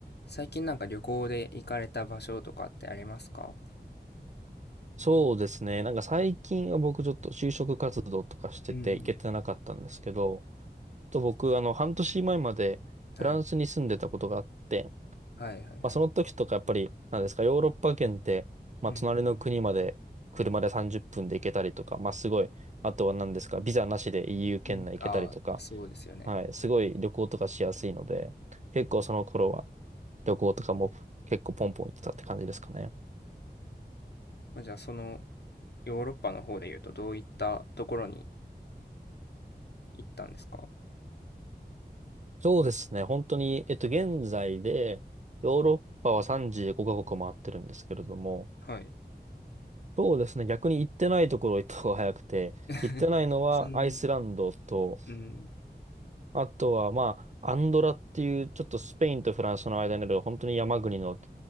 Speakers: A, on the left; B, on the right.
A: 最近なんか旅行で行かれた場所とかってありますか
B: そうですね。なんか最近は僕ちょっと就職活動とかしてて行けてなかったんですけど、
A: うん、
B: ちょっと僕あの半年前までフランスに住んでたことがあって、
A: はい。はいはいはい。
B: まあその時とかやっぱりなんですか、ヨーロッパ圏って、まあ隣の国まで車で30分で行けたりとか、
A: うん、
B: まあすごい、あとは何ですか、ビザなしで EU 圏内行けたりとか、
A: うん。ああ、そうですよね。
B: はい、すごい旅行とかしやすいので、結構その頃は旅行とかも結構ポンポン行ってたって感じですかね。
A: まあ、じゃあそのヨーロッパの方で言うとどういったところに行ったんですか
B: そうですね。本当に、えっと、現在で、ヨーロッパは35カ国回ってるんですけれども、
A: はい。
B: そうですね。逆に行ってないところ行った方が早くて、
A: <laughs>
B: 行ってないのはアイスランドと、
A: そんな、うん。
B: あとは、まあ、アンドラっていう、ちょっとスペインとフランスの間にある、本当に山国の